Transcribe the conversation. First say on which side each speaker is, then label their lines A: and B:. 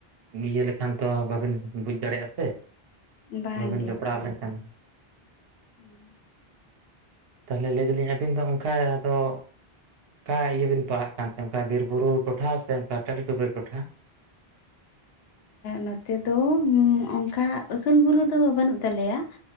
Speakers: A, on the right; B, on the left.
A: ᱤᱭᱟᱹ ᱞᱮᱠᱷᱟᱱ ᱛᱚ ᱵᱟᱵᱮᱱ ᱵᱩᱡᱽ ᱫᱟᱲᱮᱜᱼᱟ ᱥᱮ
B: ᱵᱟᱝ
A: ᱵᱟᱹᱵᱮᱱ ᱡᱚᱯᱲᱟᱣ ᱞᱮᱱᱠᱷᱟᱱ
B: ᱦᱩᱸ
A: ᱛᱟᱞᱦᱮ ᱞᱟᱹᱭ ᱫᱟᱞᱤᱧ ᱟᱹᱵᱤᱱ ᱫᱚ ᱚᱱᱠᱟ ᱫᱚ ᱚᱠᱟ ᱤᱭᱟᱹ ᱵᱤᱱ ᱯᱟᱲᱟᱜ ᱠᱟᱱᱛᱮ ᱚᱱᱠᱟ ᱵᱤᱨ ᱵᱩᱨᱩ ᱴᱚᱴᱷᱟ ᱥᱮ ᱚᱱᱠᱟ ᱴᱟᱺᱰᱤ ᱴᱩᱯᱤ ᱴᱚᱴᱷᱟ
B: ᱱᱚᱛᱮ ᱫᱚ ᱚᱝᱠᱟ ᱩᱥᱩᱞ ᱵᱩᱨᱩ ᱫᱚ ᱵᱟᱹᱱᱩᱜ ᱛᱟᱞᱮᱭᱟ